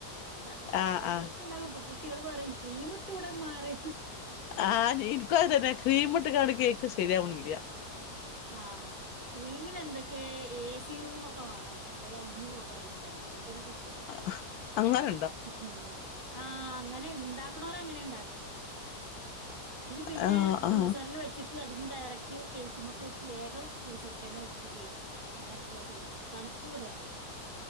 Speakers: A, on the right; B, on the left.
A: സ വെറുതെ
B: ആ ആ
A: കേക്ക്ണ്ടാക്കുംപ്പൊക്കു പറയും ക്രീമിട്ട്ഉടെമാറ്
B: ആ എനിക്കു അതെന്നെ ക്രീമിട്ട്കാട്ട് കേക്ക് ശരിയാവിണ് ഇല്ല്യ
A: ആ ക്രീമിന് എന്തൊക്കെ ഏസി ഏസിറൂമൊക്കെ വേണം അത് അലിഞ്ഞു പോകാതിരിക്കാൻ ഭയകര സ
B: അ ആ അങ്ങനെ
A: ഉം ആ അങ്ങനെ ണ്ടാക്ക്ണോര് അങ്ങനെയുണ്ട എനി പിന്നെ
B: ആ
A: ഫ്രീസറിൽ
B: ആ
A: വെച്ചിട്ട് അതിനെ ഡയറക്റ്റ് കേക്കുമ്പൊക്കെ വെച്ച് വേഗം ഫ്രീസർ തന്നെ വെക്കുക കേക്ക് അങ്ങനെയൊക്കെ ചെയ്യണം തണുപ്പ് വിടരുത്